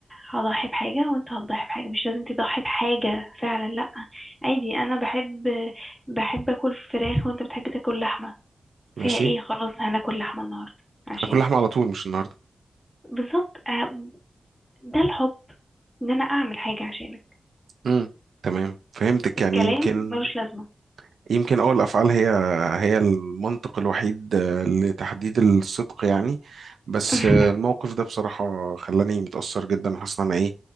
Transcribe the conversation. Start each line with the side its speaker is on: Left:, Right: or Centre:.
Centre: هضحي بحاجة وانت هتضحي بحاجة مش لازم تضحي بحاجة فعلا لا عادي انا بحب بحب اكل فراخ وانت بتحب تاكل لحمة فيها
Right: ماشي
Centre: ايه خلاص هناكل لحمة النهاردة عشانك
Right: انا كل لحمه على طول مش النهارده
Centre: بالظبط آه، ده الحب ان انا اعمل حاجة عشانك
Right: مم. تمام فهمتك
Centre: الكلام
Right: يعني يمكن
Centre: ملوش لازمة
Right: يمكن اه الافعال هي هي المنطق الوحيد آه، لتحديد الصدق يعني بس
Centre: <laughs>
Right: آه، الموقف ده بصراحه خلاني متاثر جدا حاسس ان انا ايه